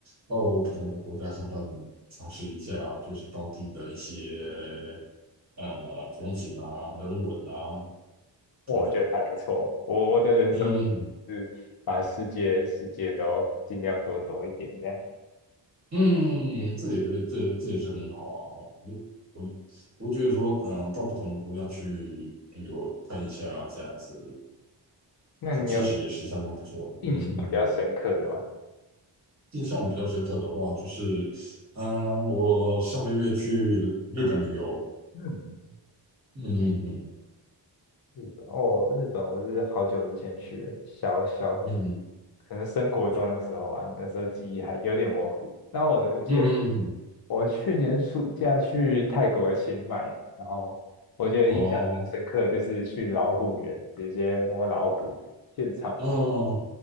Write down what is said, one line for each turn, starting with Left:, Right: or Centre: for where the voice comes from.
Right: 到不同的国家看看，尝试一下就是当地的一些呃风景啊、人文啊。等等，
Left: 我觉得还不错。我我的人生
Right: 嗯
Left: 是把世界世界都尽量多走一点这样。
Right: 嗯，这也这这也是很好啊。我我我觉得说，嗯，到不同的国家去旅游看一下这样子，
Left: 那你有
Right: 其实也是相当不错的。
Left: 印象比较深刻的吗？
Right: 嗯嗯嗯，印象比较深刻的话，就是，嗯，我上个月去日本旅游。
Left: 嗯，
Right: 嗯嗯
Left: 日本哦，日本我是好久之前去的，小小
Right: 嗯
Left: 可能升国中的时候啊，那时候记忆还有点模糊。那我记得
Right: 嗯嗯嗯，
Left: 我去年暑假去泰国的清迈，然后我觉得印象很深刻就是去老虎园，
Right: 哦，
Left: 直接摸老虎，现场。
Right: 哦
Left: 摸。